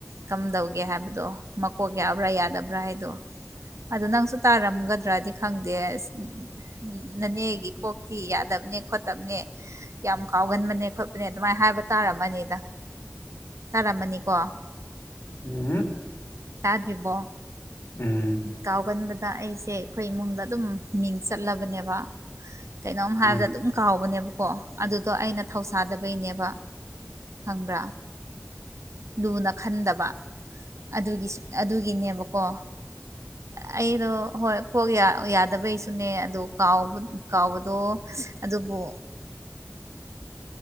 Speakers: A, on the right; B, on the left.
A: ꯀꯝꯗꯧꯒꯦ ꯍꯥꯏꯕꯗꯣ ꯃꯀꯣꯛ ꯌꯥꯎꯕ꯭ꯔꯥ ꯌꯥꯗꯕ꯭ꯔꯥ ꯍꯥꯏꯗꯣ ꯑꯗ ꯅꯪꯁꯨ ꯇꯥꯔꯝꯒꯗ꯭ꯔꯗꯤ ꯈꯪꯗꯦ ꯑꯁ ꯎ ꯅꯥꯅꯦꯒꯤ ꯀꯣꯛꯇꯤ ꯌꯥꯗꯕꯅꯦ ꯈꯣꯠꯇꯕꯅꯦ ꯌꯥꯝ ꯀꯥꯎꯒꯟꯕꯅꯦ ꯈꯣꯠꯄꯅꯦ ꯑꯗꯨꯃꯥꯏꯅ ꯍꯥꯏꯕ ꯇꯥꯔꯝꯃꯅꯤꯗ ꯇꯥꯔꯝꯃꯅꯤꯀꯣ
B: ꯎꯝ
A: ꯇꯥꯗꯔꯤꯕꯣ
B: ꯎꯝ
A: ꯀꯥꯎꯒꯟꯕꯗ ꯑꯩꯁꯦ ꯑꯩꯈꯣꯏ ꯏꯃꯨꯡꯗ ꯑꯗꯨꯝ ꯃꯤꯡ ꯆꯠꯂꯕꯅꯦꯕ ꯀꯩꯅꯣꯝ ꯍꯥꯏꯕꯗ
B: ꯎꯝ
A: ꯑꯗꯨꯝ ꯀꯥꯎꯕꯅꯦꯕꯀꯣ ꯑꯗꯨꯗꯣ ꯑꯩꯅ ꯊꯧꯁꯥꯗꯕꯩꯅꯦꯕ ꯈꯪꯕ꯭ꯔꯥ ꯂꯨꯅ ꯈꯟꯗꯕ ꯑꯗꯨꯒꯤ ꯑꯗꯨꯒꯤꯅꯦꯕꯀꯣ ꯑꯩꯗꯣ ꯍꯣꯏ ꯀꯣꯛ ꯌꯥꯗꯕꯩꯁꯨꯅꯦ ꯑꯗꯨ ꯀꯥꯎꯕ ꯀꯥꯎꯕꯗꯣ ꯑꯗꯨꯕꯨ